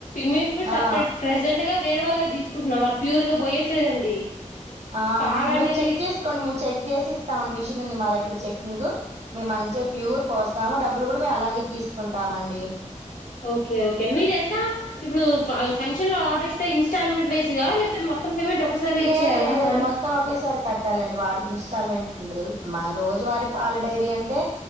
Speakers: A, on the left; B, on the right.
A: మేము ఇప్పుడు సపరేట్
B: ఆ!
A: ప్రజెంట్ గా వేరే వాళ్ళ దగ్గర తీసుకుంటున్నాం వాళ్ళు ప్యూర్ గా పోయట్లేదండి
B: ఆ
A: పాల
B: మేము
A: అనేది
B: చెగ్ చేసుకోని మేము చెగ్ చేసి స్తాం మిషన్ ఉంది మా దగ్గర చెకింగ్ మేము మంచిగా ప్యూర్ పోస్తాము డబ్బులు గూడా మేము అలాగే తీసుకుంటాము మండి
A: ఓకే ఓకే అండి మీరు ఎట్లా ఇబ్బుడు ఫంక్షన్ లో ఆర్డర్ ఇస్తే ఇన్స్టాల్ మెంట్ వైస్ గా లేకపోతే పేమెంట్ ఒకసారి
B: లేదు
A: ఇచ్చేయాలా
B: లేదండి
A: మనీ
B: మొత్తం ఒకేసారి కట్టాలండి వాటికి ఇన్స్టాల్మెంట్ ఉండదు మా రోజువారి పాల డైరీ అంటే